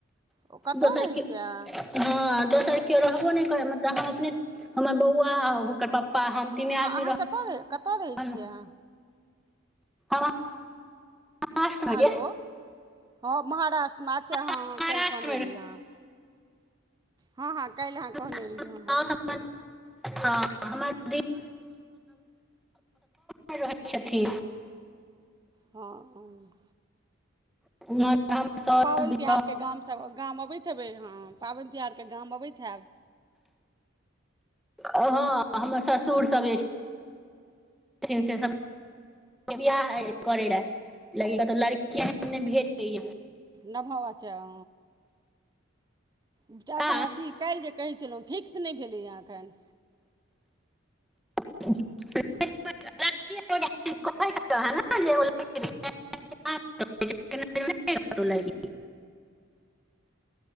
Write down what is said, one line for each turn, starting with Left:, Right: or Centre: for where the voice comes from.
Right: ओ कतऽ
Centre: दोसर
Right: रहै
Centre: की
Right: छियै अहाँ
Centre: हँ दोसर केओ रहबो नै करे मतलब हम अपने हमर बौआ ओकर पप्पा हम। तीने
Right: हँ
Centre: आदमी
Right: अहाँ कतय रह कतय
Centre: रहलहुँ
Right: रहै छियै अहाँ।
Centre: <inaudible> पाँच बजे
Right: हेलो हँ महाराष्ट्र में अछ हँ
Centre: महाराष्ट्रमे
Right: हँ काइल कहने रहिये अहाँ, हँ हँ काइल अहाँ कहने
Centre: <unintelligible>
Right: रहियै हँ हँ
Centre: हमर <unintelligible> <unintelligible> मे रहै छथिन।
Right: हँ।
Centre: <unintelligible>
Right: तऽ
Centre: साउस
Right: पाबैन तिहारके गामसभ गाम अबैत हेबै हँ पाबैन तिहारके गाम अबैत हाएब।
Centre: हँ हमर ससुर सब एज <unintelligible> बियाह <unintelligible> <unintelligible> भेट दए।
Right: न भाव छैय अ। एखन
Centre: आ
Right: अथी काल्हि जे कहैत छलहुँ फिक्स नहि भेलैए एखन।
Centre: <inaudible> <inaudible> <inaudible>